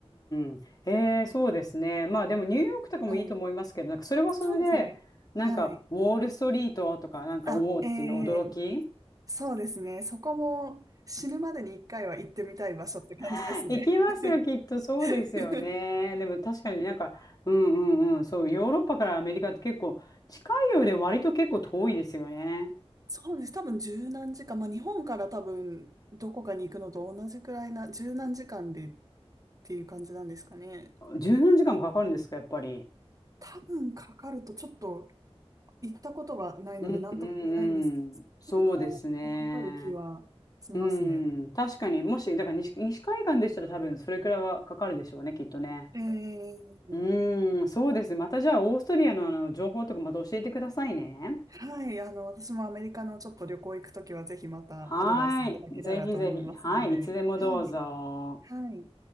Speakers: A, on the left; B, on the right.
A: うんうん。ええ、そうですね。まあでもニューヨークとかもいいと思いますけど、
B: ー、はい。
A: なんかそれはそれで、
B: そうですね。
A: なんかウォールストリートとか、
B: はい。
A: なんかおおっていう驚き。
B: あ、ええそうですね。そこも死ぬまでに一回は行ってみたい場所って感じですね。
A: <laughs> 行きますよ、きっとそうですよね。
B: <laughs>
A: でも確かになんか、うんうんうん、そう、ヨーロッパからアメリカって結構近いようで割と結構遠いですよね。
B: そうです。多分十何時間。まあ日本から多分どこかに行くのと同じくらいな、十何時間でっていう感じなんですかね。
A: 十何時間もかかるんですか、やっぱり。
B: 多分かかるとちょっと行ったことがないので何とも言えないんですけど、
A: うんうんうんそうですね。
B: そのくらいは結構かかる気はしますね。
A: うん、確かに、もし、だから西、西海岸でしたら多分それくらいはかかるでしょうね、きっとね。
B: ええ
A: うん、そうですね。またじゃあ、オーストリアのあの、情報とかまた教えてくださいね。
B: はい、あの、私もアメリカのちょっと旅行行くときは、ぜひまたアドバイスいただけたらと思いますので、
A: はい。ぜひぜひ。はい。いつでもどうぞ。
B: はい、はい。